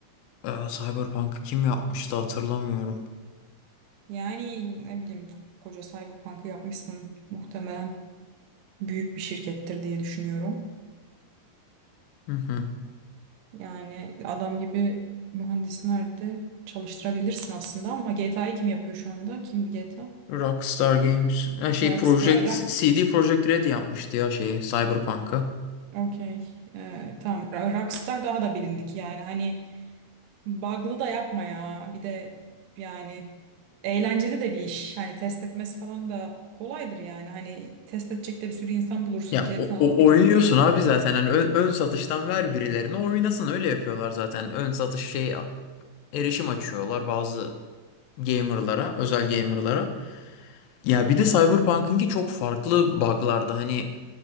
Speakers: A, on the left; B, on the right.
A: Ee, Cyberpunk'ı kim yapmıştı hatırlamıyorum.
B: Yani ne bileyim koca Cyberpunk'ı yapmışsın muhtemelen büyük bir şirkettir diye düşünüyorum.
A: Hı hı.
B: Yani adam gibi mühendisler de çalıştırabilirsin aslında ama GTA'yı kim yapıyor şu anda? Kimdi GTA?
A: Rockstar Games ha şey
B: Rockstar
A: Project
B: yani Rock
A: CD Projekt Red yapmıştı ya şeyi Cyberpunk'ı.
B: okey Ee, tamam Ra- Rockstar daha da bilindik yani hani Bug'lı da yapma ya. Bir de yani eğlenceli de bir iş. Hani test etmesi falan da kolaydır yani. Hani test edecek de bir sürü insan bulursun
A: Ya
B: GTA
A: o, o-
B: 6 gibi
A: oynuyorsun
B: bir oyunu.
A: abi zaten hani ön, ön satıştan ver birilerine oynasın öyle yapıyorlar zaten. Ön satış şey erişim açıyorlar bazı gamerlara, özel gamerlara. Ya bir de Cyberpunk'ınki çok farklı bug'larda hani